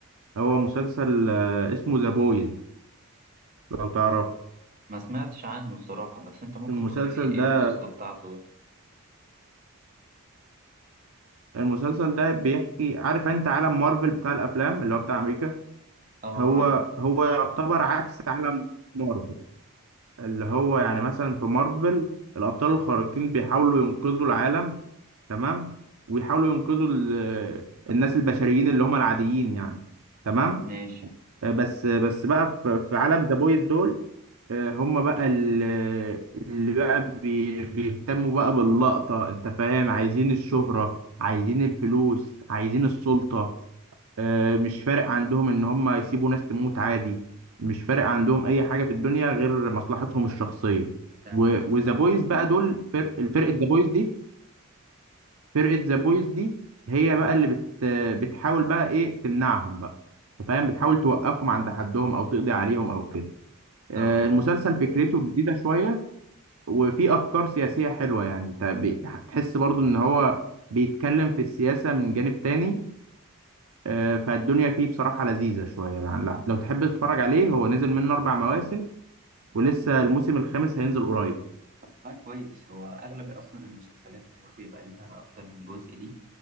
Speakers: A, on the right (about 70°); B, on the right (about 35°).
A: هو مسلسل آه، اسمه ذا بويز لو تعرف
B: ما سمعتش عنه الصراحة بس انت ممكن
A: المسلسل
B: تقول لي ايه
A: ده
B: القصة بتاعته ده
A: المسلسل ده بيحكي عارف انت عالم مارفل بتاع الافلام اللي هو بتاع امريكا
B: اه
A: هو
B: عارف
A: هو يعتبر عكس عالم مارفل اللي هو يعني مثلا في مارفل الأبطال الخارقين بيحاولوا ينقذوا العالم تمام ويحاولوا ينقذوا ال- آه، الناس البشريين اللي هم العاديين يعني تمام
B: ماشي
A: آه، بس بس بقى في في عالم ذا بويز دول آه، هم بقى ال- آه، اللي بقى بي- بيهتموا بقى باللقطة انت فاهم عايزين الشهرة عايزين الفلوس عايزين السلطة آه، مش فارق عندهم ان هم يسيبوا ناس تموت عادي مش فارق عندهم اي حاجه في الدنيا غير مصلحتهم الشخصيه
B: ده
A: وذا
B: كده على
A: بويز
B: ماكس مارفل
A: بقى دول فرق الفرقه ذا بويز دي فرقه ذا بويز دي هي بقى اللي بت بتحاول بقى ايه تمنعهم بقى أنت فاهم بتحاول توقفهم عند حدهم او تقضي عليهم او كده آه،
B: اه ده
A: المسلسل فكرته جديده شويه وفي افكار سياسيه حلوه يعني انت بتحس برضو ان هو بيتكلم في السياسه من جانب تاني آه، فالدنيا فيه بصراحة لذيذة شوية يعني لا- لو تحب تتفرج عليه هو نزل منه أربع مواسم ولسه الموسم الخامس هينزل قريب
B: طب والله كويس هو اغلب اصلا المسلسلات اللي بيبقى ليها اكتر من جزء دي